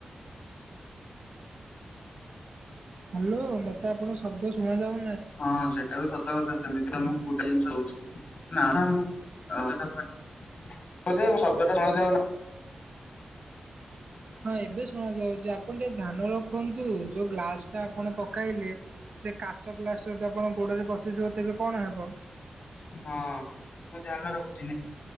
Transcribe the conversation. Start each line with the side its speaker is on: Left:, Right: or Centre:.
Right: ହ୍ୟାଲୋ, ମତେ ଆପଣ ଶବ୍ଦ ଶୁଣା ଯାଉ
Left: ହଁ, ସେଇଟା ବି ସତ କଥା ସେମିତି ତ ମୁଁ କୋଉଟା ଜିନିଷ ନା ନା ମୁଁ <unintelligible> ଶବ୍ଦଟା ଶୁଣା ଯାଉନା
Right: ହଁ ଏବେ ଶୁଣ ଯାଉଛି ଆପଣ ଟିକେ ଧାନ ରଖନ୍ତୁ ଯୋଉ ଗ୍ଲାସ ଟା ଆପଣ ପକାଇଲେ ସେ କାଚ ଗ୍ଲାସ ଯଦି ଆ ଆପଣ ଗୋଡରେ ପଶିଯିବ ତେବେ କଣ ହେବ।
Left: ହଁ। ମୁଁ ଧ୍ୟାନ ରଖୁଛି